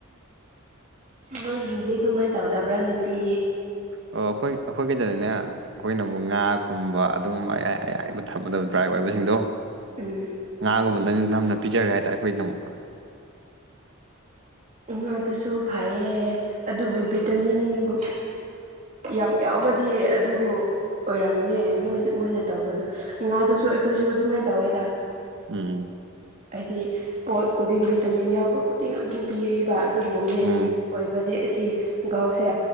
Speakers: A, on the right (about 35°); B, on the right (about 60°).
A: ꯅꯣꯏ ꯍꯤꯡꯁ ꯑꯗꯨꯃꯥꯏꯅ ꯇꯧꯗꯕ꯭ꯔꯥ ꯅꯨꯄꯤ
B: ꯑꯣ ꯑꯩꯈꯣꯏ ꯑꯩꯈꯣꯏ ꯀꯩꯗꯗꯤꯅꯦ ꯑꯩꯈꯣꯏꯅꯕꯨꯨꯛ ꯉꯥꯀꯨꯝꯕ ꯑꯗꯨꯒꯨꯝꯕ ꯑꯌꯥ ꯑꯌꯥꯏꯕ ꯊꯝꯃꯗꯕ ꯗ꯭ꯔꯥꯏꯕ ꯑꯣꯏꯕꯁꯤꯡꯗꯣ
A: ꯎꯝ
B: ꯉꯥꯒꯨꯝꯕ ꯅꯪ ꯅꯝꯅ ꯄꯤꯖꯔꯒꯦ ꯍꯥꯏꯇꯥꯔꯦ ꯑꯩꯈꯣꯏ ꯅ ꯑꯃꯨꯀ
A: ꯎ ꯑꯗꯨꯁꯨ ꯐꯩꯌꯦ ꯑꯗꯨꯕꯨ ꯚꯤꯇꯥꯃꯤꯟꯒ ꯌꯥꯝ ꯌꯥꯎꯕꯗꯤ ꯑꯗꯨꯕꯨ ꯑꯣꯏꯔꯝꯅꯦ ꯃꯣꯏꯅ ꯇꯧꯕꯗꯣ ꯉꯥꯗꯨꯁꯨ ꯑꯩꯈꯣꯏꯁꯨ ꯑꯗꯨꯃꯥꯏꯅ ꯇꯧꯋꯦꯗ
B: ꯎꯝ
A: ꯍꯥꯏꯗꯤ ꯄꯣꯠ ꯈꯨꯗꯤꯡ ꯚꯤꯇꯃꯤꯟ ꯌꯥꯎ ꯑꯕ ꯈꯨꯗꯤꯡ ꯑꯗꯨꯝ ꯄꯤꯔꯤꯕ ꯑꯗꯨꯕꯨ ꯃꯦꯟ
B: ꯎꯝ
A: ꯑꯣꯏꯕꯗꯤ ꯑꯁꯤ ꯒꯥꯎꯁꯦ